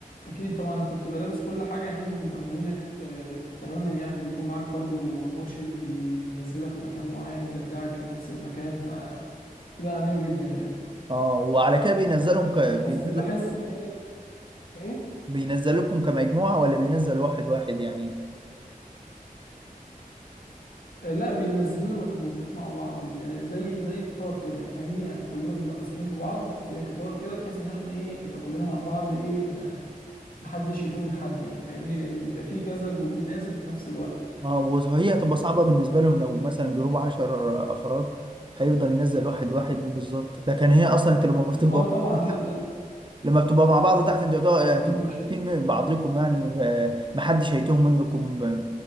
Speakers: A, on the left; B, on the right.
A: اكيد طبعا انت بتبقى لابس كل حاجه يعني هم بيبقوا مأمنينك آه، تماما يعني بيكون معاك برضو مرشد بي- بينزلك من مكان معين ويرجعك لنفس المكان فتبقى امان جدا يعني
B: اه وعلى كده بينزلهم ك... بينزل
A: بس بحس ان هي ايه
B: بينزلوكم كمجموعة ولا بينزل واحد واحد يعني
A: آه، لا بينزلونا مجموعات مع بعض يعني زي زي قطار كده يعني فاهمني يعني كلنا بنبقى ماسكين في بعض زي قطار كده بحيث ان احنا ايه يبقى كلنا مع بعض ايه ما محدش يتوه من حد يعني فاهمني لان بيبقى في كذا جروب نازل في نفس الوقت
B: اه وهي هتبقى صعبة بالنسبة لهم لو مثلا جروب عشر افراد هيفضل ينزل واحد واحد بالظبط لكن هي اصلا انت لما بتبقى
A: اه طبعا
B: <laughs>
A: لا لا
B: لما بتبقى مع بعض تحت انتوا هتبقوا هتبقوا
A: مم، مش
B: عارفين من بعضكم يعني آه، محدش هيتوه منكم ب-